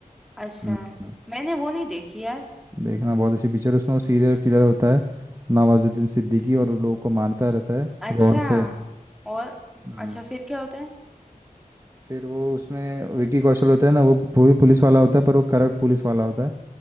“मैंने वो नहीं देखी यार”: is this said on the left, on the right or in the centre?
Centre